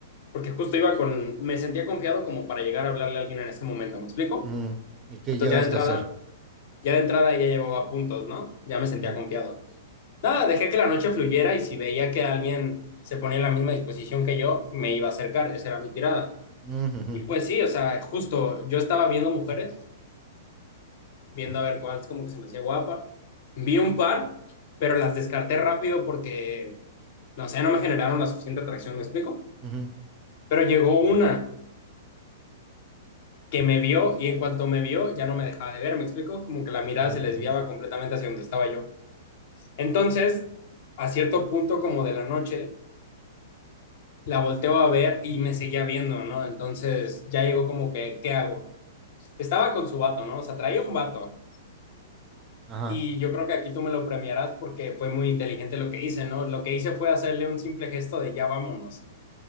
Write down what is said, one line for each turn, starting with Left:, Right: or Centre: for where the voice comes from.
Left: porque justo iba con. Me sentía confiado como para llegar a hablarle a alguien en ese momento, ¿me explico?
Right: ujú. ¿Y qué
Left: Entonces
Right: llegaste
Left: ya de entrada
Right: a hacer?
Left: Ya de entrada ya llevaba puntos, ¿no? Ya me sentía
Right: Ujú.
Left: confiado. Nada, dejé que la noche fluyera y si veía que alguien se ponía en la misma disposición que yo, me iba a acercar. Esa era mi tirada.
Right: Ujú, ujú,
Left: Y pues sí, o sea, justo yo estaba viendo mujeres, viendo a ver cuál es como que se me hacía guapa. Vi un par, pero las descarté rápido porque, no sé, no me generaron la suficiente atracción, ¿me explico?
Right: ujú,
Left: Pero llegó una que me vio y en cuanto me vio ya no me dejaba de ver, ¿me explico? Como que la mirada
Right: ujú, ujú.
Left: se les desviaba completamente hacia donde estaba yo. Entonces, a cierto punto como de la noche, la volteo a ver y me seguía viendo, ¿no? Entonces ya llegó como que, ¿qué hago? Estaba con su vato, ¿no? O sea, traía un vato.
Right: Ajá.
Left: Y yo creo que aquí tú me lo premiarás porque fue muy inteligente lo que hice, ¿no? Lo que hice fue hacerle un simple gesto de ya vámonos.